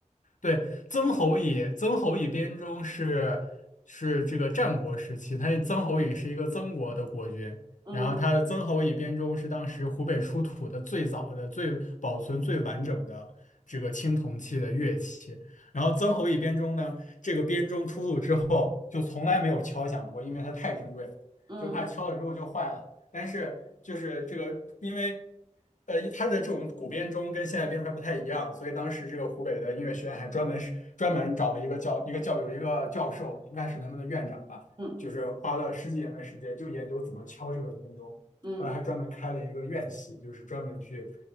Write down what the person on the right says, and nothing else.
嗯
嗯
嗯
嗯，